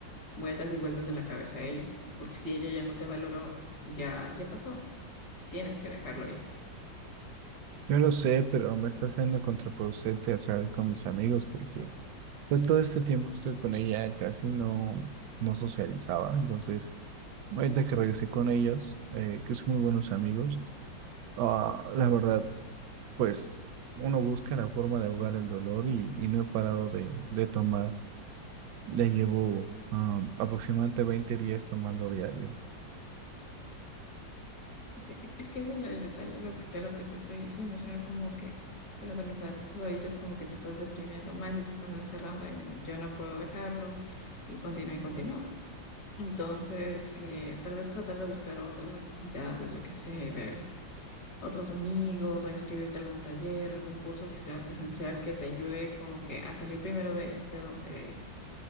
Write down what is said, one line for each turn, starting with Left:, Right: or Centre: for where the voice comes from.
Left: vueltas y vueltas de la cabeza a ello. Porque si ella ya no te valoró, ya, ya pasó. Tienes que dejarlo ir.
Right: Yo lo sé, pero me está siendo contraproducente hacer con mis amigos porque pues todo este tiempo que estoy con ella casi no, no socializaba. Entonces, ahorita que regresé con ellos, eh, que son muy buenos amigos, ah, la verdad, pues uno busca la forma de ahogar el dolor y, y no he parado de, de tomar. Ya llevo ah, aproximadamente 20 días tomando diario.
Left: Es, es- es que ese es la- el detalle lo que, de lo que te estoy diciendo. O sea, como que con las amistades que estás ahorita es como que te estás deprimiendo más y te estás encerrando en yo no puedo dejarlo y continúa y continúa. Entonces, eh, tal vez tratar de buscar otras actividades, yo qué sé, ver otros amigos o inscribirte a algún taller, algún curso que sea presencial que te ayude como que a salir primero de, de donde